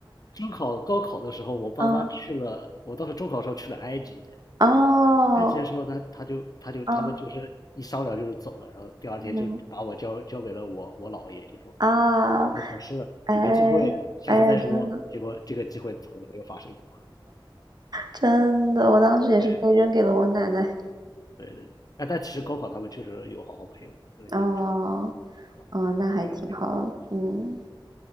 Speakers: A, on the left; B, on the right.
A: 中考、高考的时候，我爸妈去了，
B: 啊，
A: 我当时中考的时候去了埃及，
B: 哦，
A: 埃及的时候他他就他就他们就是一商量就是走了，
B: 嗯
A: 然后第二天就把我交交给了我我姥爷，
B: 嗯
A: 就说
B: 啊，
A: 你考试你没机会，
B: 哎
A: 下次再说。
B: 哎呀，真的
A: 结果这个机会从来没有发生过。
B: 真的，我当时也是被扔给了我奶奶。
A: 对，对对对，哎，但其实高考他们确实有好好陪我，对，就除了
B: 哦，
A: 课，
B: 哦，那还挺好的，
A: 我培培我的东西
B: 嗯。